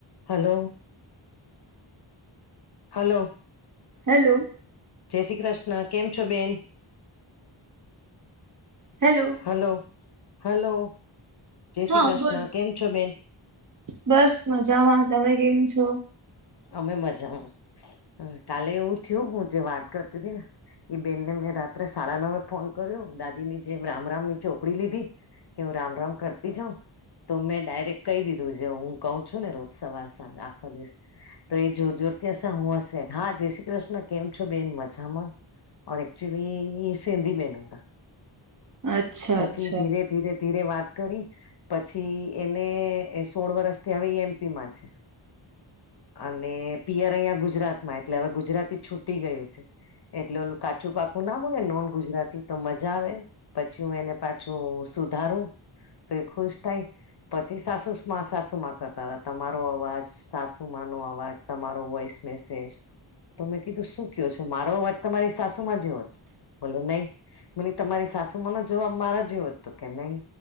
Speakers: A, on the left (about 50°); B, on the right (about 40°).
A: Hello. Hello.
B: Hello.
A: જય શ્રી કૃષ્ણ કેમ છો બેન?
B: હેલો.
A: હલો હલો, જય શ્રી
B: હા
A: કૃષ્ણ
B: બોલ
A: કેમ છો બેન?
B: બસ મજામાં તમે કેમ છો?
A: અમે મજામાં, કાલે એવું થયું હું જે વાત કરતી હતીી ને. એ બેનને મેં રાત્રે સાડા નવે ફોન કર્યો દાદી ની જેમ રામ રામ ની ચોપડી લીધી. કે હું રામ રામ કરતી જાઉ. તો મેં ડાયરેક્ટ કહી દીધું જે હું કહ છું ને રોજ સવાર સાંજ આખો દિવસ. તો એ જોર જોર થી હશે હું હશે હા જય શ્રી કૃષ્ણ કેમ છો બેન મજામાં. એકચુલી સિંધી બેન હતા.
B: અચ્છા
A: પછી
B: અચ્છા
A: ધીરે ધીરે ધીરે વાત કરી, પછી એને સોળ વરષ થી આવે એમપી માં છે. અને પિયર અહીંયા ગુજરાત માં એટલે હવે ગુજરાતી છૂટી ગયું છે. એટલે ઓલું કાચું પાકું ના બોલે નોન ગુજરાતી તો મજા આવે. પછી હું એને પાછું સુધારું. તો એ ખુશ થાય, પછી સાસુ માં સાસુમાં કરતા હતા તમારો અવાજ સાસુ સુમાનો અવાજ તમારો વોઈસ મેસેજ. તો મેં કીધું શું કહો છો મારો અવાજ તમારી સાસુમાં જે હો જ. બોલે નહી, મ તમારી સાસુ મનો જવાબ મારા જેવ્યો હતો કે નહી.